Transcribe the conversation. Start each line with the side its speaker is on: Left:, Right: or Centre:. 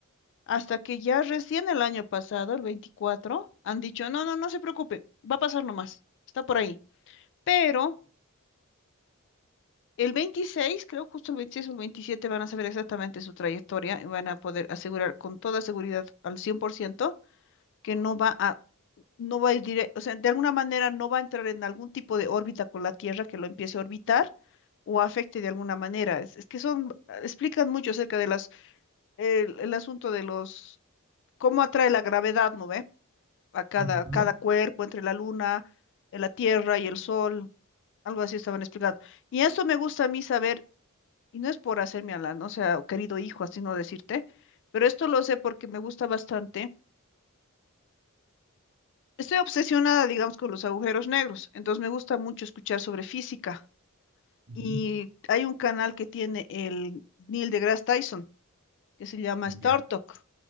Left: hasta que ya recién el año pasado, el 24, han dicho, no, no, no se preocupen, va a pasar nomás, está por ahí. Pero el 26 creo justo el 26 o el 27 van a saber exactamente su trayectoria y van a poder asegurar con toda seguridad al 100% que no va a, no va a ir directo, o sea, de alguna manera no va a entrar en algún tipo de órbita con la Tierra que lo empiece a orbitar o afecte de alguna manera. Es, es que son, explican mucho acerca de las, el, el asunto de los, cómo atrae la gravedad, ¿no ve? A cada,
Right: Ujú,
Left: cada cuerpo entre la Luna, eh, la Tierra y el Sol, algo así estaban explicando. Y eso me gusta a mí saber Y no es por hacerme a la ¿no? sea, querido hijo, así no decirte, pero esto lo sé porque me gusta bastante. Estoy obsesionada, digamos, con los agujeros negros, entonces me gusta mucho escuchar sobre física.
Right: ujú,
Left: Y hay un canal que tiene el Neil deGrasse Tyson, que se llama
Right: Ya,
Left: Star Talk.